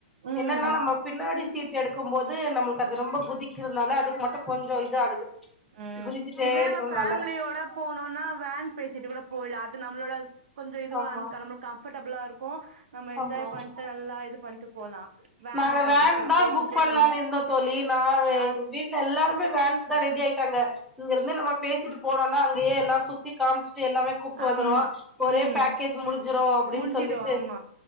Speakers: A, on the right (about 70°); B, in the centre.
A: ம்
B: என்னன்னா நம்ம பின்னாடி
A: இது
B: சீட் எடுக்கு போ து நம்மளுக்கு அது ரொம்ப குதிக்கிறதுனால அதுக்கு மட்டு கொஞ்ச இது ஆகுது
A: உம்
B: குதிச்சுட்டே
A: இதுவே
B: இருக்கறனால
A: நம்ம ஃபேமிலியோட போனுன்னா வேன் பேசிட்டு கூட போயல அது நம் கொஞ்ச இதுவா
B: ஆமா
A: அன் க நம்பளுக்கு கம்ஃபர்டபிளா இருக்கு நம்ம என்ஜாய்
B: ஆமா
A: பண்ணிட்டு நல்லா இது பண்ணிட்டு போலா வேனா
B: நாங்க வேன்தா
A: இருந்துச்சுன்னா பேசிட்டு
B: புக் பண்ணலான்னு
A: போனா
B: இருந்தோ தோழி நா எ
A: அ
B: வீட்ல எல்லாருமே வேனு்க்குதா ரெடி ஆயிட்டு ங்க இங்க இருந்து நம்ம பேசிட் போனன்னா அங்கயே எல்லா சுத்தி காமிச்சுட்டு எல்லாமே கூப்ட்டு வந்துருவோ
A: ஆமா
B: ஒரே
A: ம்
B: பேக்கேஜ் முடிஞ்சுடு அப்டின்னு
A: முடிஞ்சிடு
B: சொல்லிட்டு
A: ஆமா